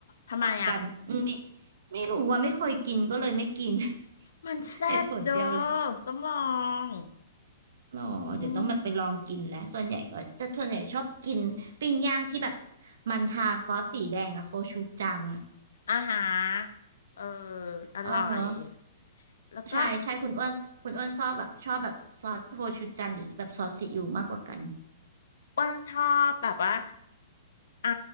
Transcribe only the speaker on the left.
ทำไมอ่ะ
มันแซ่บเด้อ
ต้องลอง
อืม
อาหารเอออร่อย
แล้วก็
อ้วนชอบแบบว่าอ่า